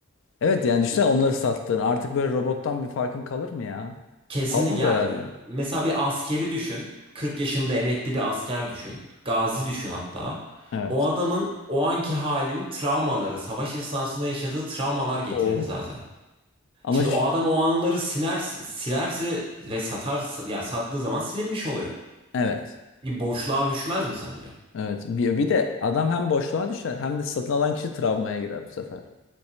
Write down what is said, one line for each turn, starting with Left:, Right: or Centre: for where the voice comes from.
Left: Evet yani düşünsene onları sattın. Artık böyle robottan bir farkın kalır mı ya?
Right: Kesinlikle
Left: Kalmaz
Right: ya,
Left: herhalde.
Right: mesela bir askeri düşün. 40 yaşında emekli bir asker düşün. Gazi düşün hatta.
Left: Evet.
Right: O adamın o anki halinin travmaları, savaş esnasında yaşadığı travmalar
Left: Oho.
Right: getirdi zaten.
Left: Ama
Right: Şimdi
Left: ş-
Right: o adam o anıları siner, silerse ve satar ya sattığı zaman silinmiş oluyor.
Left: evet.
Right: Bir boşluğa düşmez mi sence?
Left: Evet. Bir, bir de adam hem boşluğa düşer hem de satın alan kişi travmaya girer bu sefer.